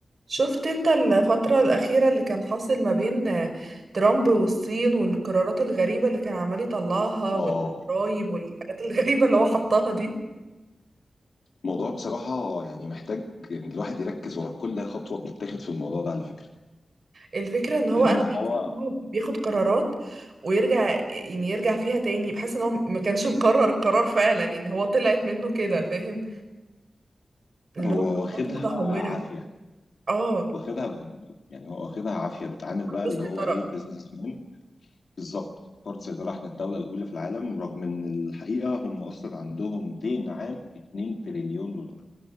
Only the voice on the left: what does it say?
اه
الموضوع بصراحة يعني محتاج إن الواحد يركز ورا كل خطوة بتتاخد في الموضوع ده على فكرة
لأن
هو
هو
واخدها
عافية
واخدها بقى يعني هو واخدها عافية بيتعامل
بقى اللي
هو إيه بزنس مان بالظبط فرض سيطرة إحنا الدولة الأولى في العالم رغم إن الحقيقة هم أصلا عندهم دين عام 2 تريليون دولار